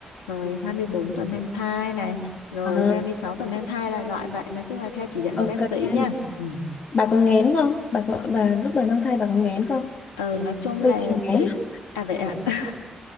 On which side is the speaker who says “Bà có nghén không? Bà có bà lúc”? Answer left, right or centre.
Left